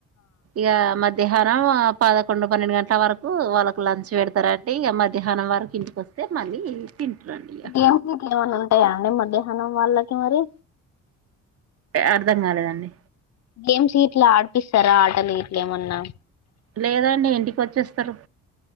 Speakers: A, on the right; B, on the left.
A: ఇకా మధ్య మధ్యాహ్నం పదకొండు పన్నెండు గంటల వరకు వాళ్ళకు లంచ్ పెడతారంటే ఇక మధ్యాహ్నం వకు అకింటికి వస్తే మళ్ళీ తింటారండి
B: గేమ్స్ ఏమన్నా ఉంటాయా అండి మధ్యాహ్నం వాళ్ళకి మరి
A: అర్థం కాలేదండి
B: గేమ్స్ గ ఇట్లా ఆడిపిస్తారా ఆటలు గట్లా ఏమన్నా
A: లేదండి ఇంటికి వచ్చేస్తారు